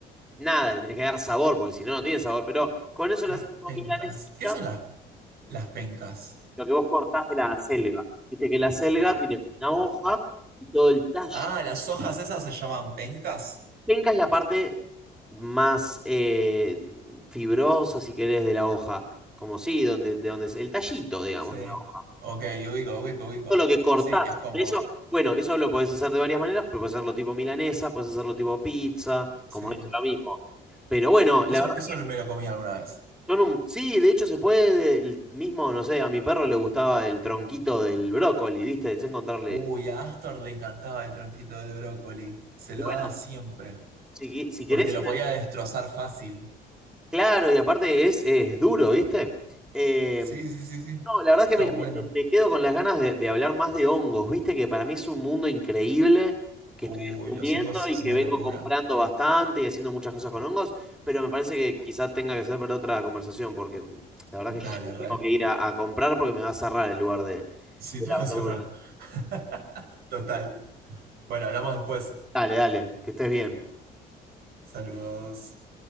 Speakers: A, in the centre; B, on the right (about 65°).
A: Nada, le tenés que dar sabor porque si no, no tiene sabor. Pero con eso
B: Las
A: lo haces tipo
B: pencas.
A: milanesita,
B: ¿Qué son las, las pencas?
A: lo que vos cortás de la acelga. Viste que la acelga tiene una hoja y todo el tallo
B: Ah, las hojas esas se llaman pencas.
A: Penca es la parte más eh, fibrosa, si querés, de la hoja. Como sí, donde, de donde es el tallito, digamos,
B: Sí.
A: de la hoja.
B: Ok, ubico, ubico, ubico.
A: Todo lo que cortás.
B: Sí, que es como.
A: Eso, bueno, eso lo podés hacer de varias maneras, pero podés hacerlo tipo milanesa, podés hacerlo tipo pizza,
B: Sí.
A: como es lo mismo. Pero bueno,
B: Eso,
A: la verdad,
B: eso me lo comí alguna vez.
A: son un- sí, de hecho se puede, el mismo, no sé, a mi perro le gustaba el tronquito del brócoli, ¿viste? Es encontrarle.
B: Uy, a Astor le encantaba el tronquito de brócoli. Se lo
A: Y bueno,
B: daba siempre.
A: si, qui- si querés,
B: Porque lo podía destrozar fácil.
A: claro, y aparte es, es duro, ¿viste? Eh,
B: Sí, sí, sí, sí.
A: No, la verdad
B: Está
A: es que me,
B: bueno.
A: me- me- me quedo con las ganas de, de hablar más de hongos, viste que para mí es un mundo increíble que
B: Uy,
A: estoy descubriendo
B: los hongos
A: y
B: es
A: que
B: una
A: vengo
B: locura.
A: comprando bastante y haciendo muchas cosas con hongos, pero me parece que quizá tenga que ser para otra conversación, porque mm, la verdad que yo
B: Dale, re.
A: tengo que ir a, a comprar porque me va a cerrar el lugar de, de
B: Sí, <laughs> te
A: la
B: voy a cerrar.
A: verdura.
B: <laughs> Total. Bueno, hablamos después.
A: Dale, dale, que estés bien.
B: Saludos.